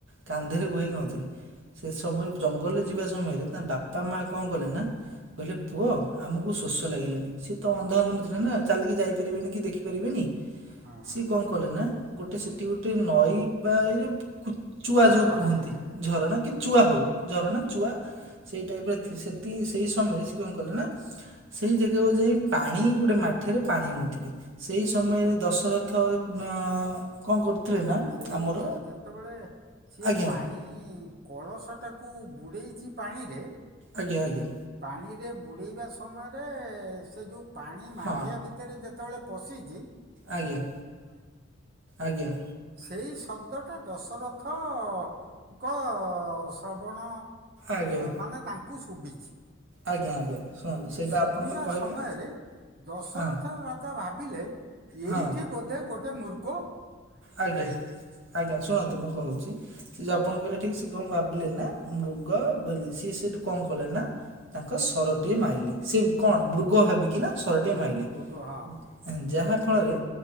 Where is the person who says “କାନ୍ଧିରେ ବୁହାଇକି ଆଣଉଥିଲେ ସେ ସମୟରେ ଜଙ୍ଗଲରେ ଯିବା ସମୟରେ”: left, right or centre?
Right